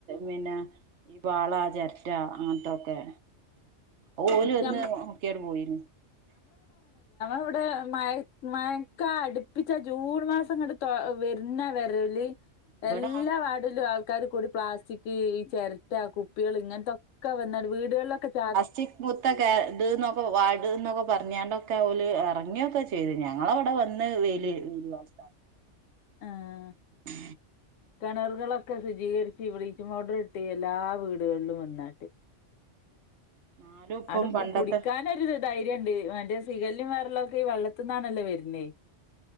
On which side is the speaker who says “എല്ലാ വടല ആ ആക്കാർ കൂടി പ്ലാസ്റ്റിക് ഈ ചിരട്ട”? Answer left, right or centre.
Left